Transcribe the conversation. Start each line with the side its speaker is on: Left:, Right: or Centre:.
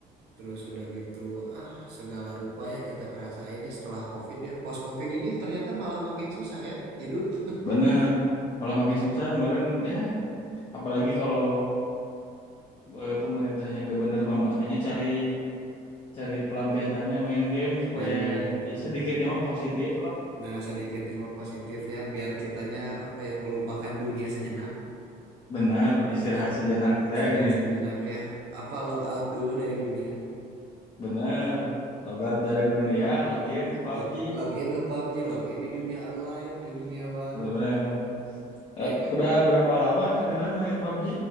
Right: Terus udah gitu, ah segala rupa ya kita kerasain ya setelah COVID ya. Post COVID ini ternyata malah makin susah ya hidup. <laughs>
Left: Bener, malah makin susah kemarin ya, apalagi kalau eh, pemerintahnya nggak bener mah makanya cari cari pelampiasannya main game supaya
Right: Main game
Left: yang
Right: betul.
Left: ya sedikitnya mah positif lah.
Right: Nah, sedikitnya mah positif ya, biar kitanya apa ya, melupakan dunia sejenak.
Left: Bener, istirahat
Right: Beh,
Left: sejenak teh
Right: Istirahat
Left: gini.
Right: sejenak ya. Apa log out dulu dari dunia?
Left: Bener, logat dari dunia, login ke PUBG.
Right: Log, login ke PUBG, login di dunia online, di dunia baru.
Left: Bener.
Right: Nih
Left: Eh,
Right: Kak,
Left: udah berapa lama Kadilan main PUBG?